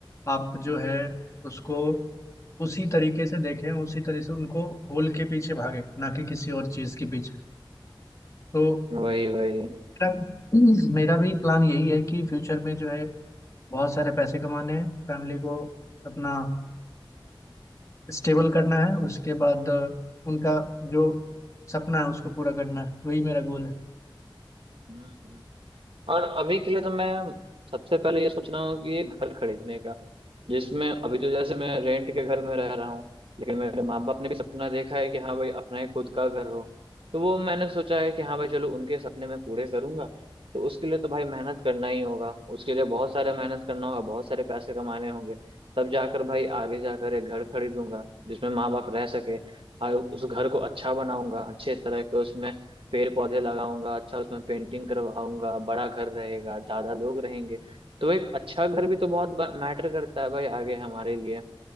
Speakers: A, on the left (about 35°); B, on the right (about 80°).
A: आप जो है उसको उसी तरीके से देखें उसी तरह से उनको गोल के पीछे भागे ना कि किसी और चीज़ के पीछे तो
B: वही वही
A: मेरा भी हम्म, मेरा भी प्लान यही है कि फ्यूचर में जो है बहुत सारे पैसे कमाने हैं फैमिली को अपना स्टेबल करना है उसके बाद अ, उनका जो सपना है उसको पूरा करना है वही मेरा गोल है
B: हम्म हम्म। और अभी के लिए तो मैं सबसे पहले ये सोच रहा हूँ कि ये घर खरीदने का जिसमें अभी तो जैसे मैं रेंट के घर में रह रहा हूँ लेकिन मेरे माँ बाप ने भी सपना देखा है कि हाँ भाई अपना ही खुद का घर हो तो वो मैंने सोचा है कि हाँ भाई चलो उनके सपने मैं पूरे करूंगा तो उसके लिए तो भाई मेहनत करना ही होगा उसके लिए बहुत सारा मेहनत करना होगा बहुत सारे पैसे कमाने होंगे तब जाकर भाई आगे जाकर एक घर खरीदूंगा जिसमें माँ बाप रह सके और उस घर को अच्छा बनाऊंगा अच्छे तरह के उसमें पेड़ पौधे लगाऊंगा अच्छा उसमें पेंटिंग करवाऊंगा बड़ा घर रहेगा ज्यादा लोग रहेंगे तो एक अच्छा घर भी तो बहुत मैटर करता है भाई आगे हमारे लिए